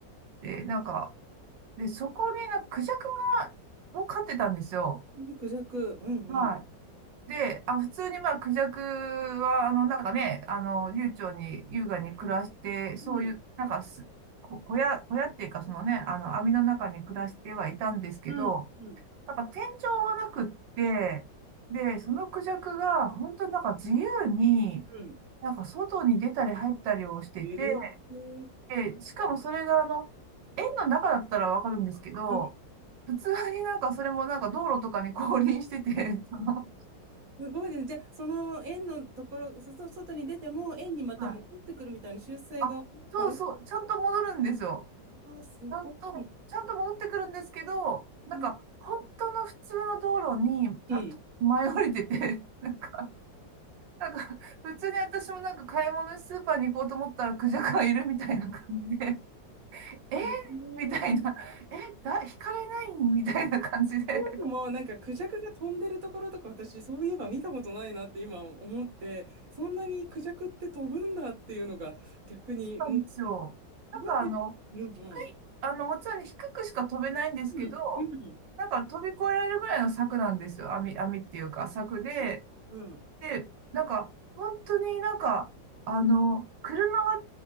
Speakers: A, on the right; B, on the right.
A: で、なんか、で、そこになんかクジャクが、を飼ってたんですよ。
B: うん。で、クジャク。うんうん。
A: はいで、あ、普通にまあ、クジャクは、あの、なんかね、あの、流暢に優雅に暮らして、そういう、
B: うん。
A: なんかす、こ小屋、小屋っていうか、そのね、あの、網の中に暮らしてはいたんですけど、
B: うん。うん。
A: なんか天井はなくって、で、そのクジャクが、本当になんか自由に、
B: うん。
A: なんか外に出たり入ったりをしてて、
B: ええー。
A: で、しかもそれが、
B: うん。
A: あの、園の中だったらわかるんですけど、
B: <laughs>
A: 普通になんかそれもなんか道路とかに <laughs> 降臨してて、その、
B: すごいですね。じゃあ、その円のところ、そ、そ外に出ても円にまた戻ってくるみたいな修正が多いから、
A: はいあ、そうそう、ちゃんと戻るんですよ。
B: あー、すごい。
A: ちゃんと、ちゃんと戻ってくるんですけど、なんか、
B: う
A: 本当の普通の道路に、た、
B: ん。
A: 前降りてて、<laughs> なんか、なんか、普通に私もなんか買い物にスーパーに行こうと思ったらクジャクがいるみたいな感じで、<laughs> えー
B: すごい。
A: みたいな、え、だ、引かれないみたいな感じで、
B: そういもなんかクジャクが飛んでるところとか私そういえば見たことないなって今思ってそんなにクジャクって飛ぶんだっていうのが逆にもう
A: なんでしょう。
B: 飛ぶんですうん
A: なんかあの、低い、あの、もちろんね低くしか飛べないんですけど、
B: うんうん
A: なんか飛び越えられるぐらいの柵なんですよ。網、網っていうか、柵で、
B: うんえうん
A: で、なんか、本当になんか、あの、車が